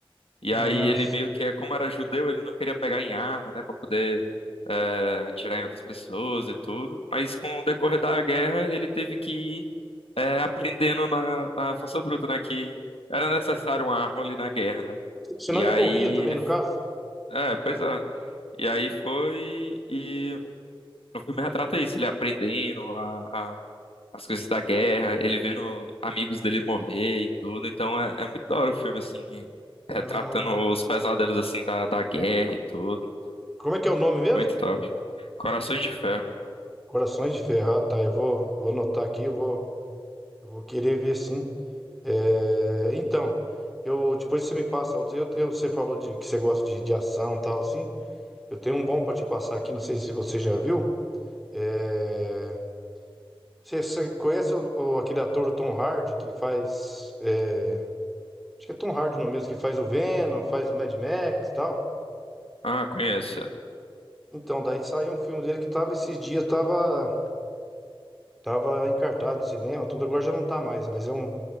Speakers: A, on the left; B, in the centre.
A: E
B: Ah,
A: aí ele meio que, é- como era judeu, ele não queria pegar em arma, né, Pra poder é, atirar em outras pessoas e tudo. Mas com o decorrer da guerra, ele teve que ir é, aprendendo na, na força bruta, né, que era necessário uma arma ali na guerra, né.
B: senão
A: E
B: ele
A: aí
B: morria também,
A: ele,
B: no caso.
A: é, pois é. E aí foi e o filme retrata isso, ele aprendendo a, a- as coisas da guerra, ele vendo amigos dele morrer e tudo. Então é, é muito da hora o filme, assim, retratando
B: Ah,
A: os pesadelos, assim, da, da guerra e tudo.
B: como é que é o nome mesmo?
A: É Muito top. Corações de Ferro.
B: Corações de Ferro, ah, tá, eu vou, vou anotar aqui, eu vou, eu vou querer ver sim. É, então, eu depois você me passa outra. Eu, eu- você falou de que você gosta de, de ação e tal, assim. Eu tenho um bom pra te passar aqui, não sei se você já viu. É, Você você conhece o, o- aquele ator o Tom Hardy que faz. é, acho que é Tom Hardy no mesmo, que faz o Venom, faz o Mad Max e tal.
A: Ah, conheço.
B: Então, daí saiu um filme dele que tava esses dias, tava, tava encartado no cinema, tudo, agora já não tá mais, mas é um,